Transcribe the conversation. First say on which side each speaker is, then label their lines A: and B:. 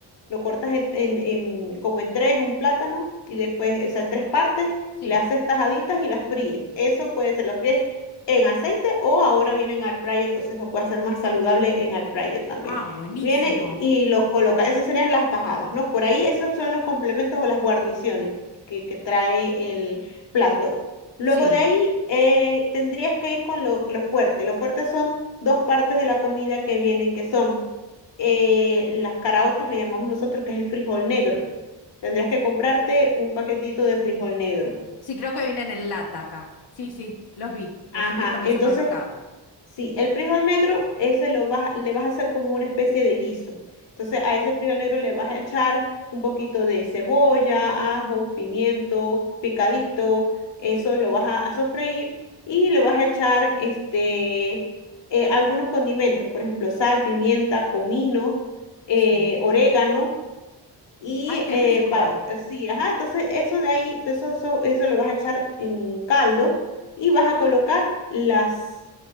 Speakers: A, on the left; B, on the left.
A: Lo cortas en, en- en- como en tres, un plátano, y después, o sea, en tres partes,
B: Sí.
A: le haces tajaditas y las fríes. Eso puede ser, las fríes en aceite o ahora viene en air fryer, entonces lo puedes hacer más saludable en air fryer también.
B: Ah, buenísimo.
A: Viene y los coloca. Esas serían las tajadas, ¿no? Por ahí esos son los complementos o las guarniciones que, que trae el plato. Luego
B: Sí.
A: de ahí eh, tendrías que ir con lo, lo fuerte. Lo fuerte son dos partes de la comida que vienen, que son eh, las caraotas, le llamamos nosotros, que es el frijol negro. Tendrías que comprarte un paquetito de frijol negro.
B: Sí, creo que vienen en lata acá. Sí, sí, los vi.
A: Ajá,
B: Los he visto en
A: entonces
B: el supermercado.
A: Sí, el frijol negro, ese lo vas, le vas a hacer como una especie de guiso. Entonces, a ese frijol negro le vas a echar un poquito de cebolla, ajo, pimiento, picadito. Eso lo vas a, a sofreír y le vas a echar este, eh, algunos condimentos, por ejemplo, sal, pimienta, comino, eh,
B: Sí.
A: orégano y
B: Ay, qué
A: eh,
B: rico.
A: pa- sí, ajá. Entonces, eso de ahí, eso, eso, eso lo vas a echar en un caldo y vas a colocar las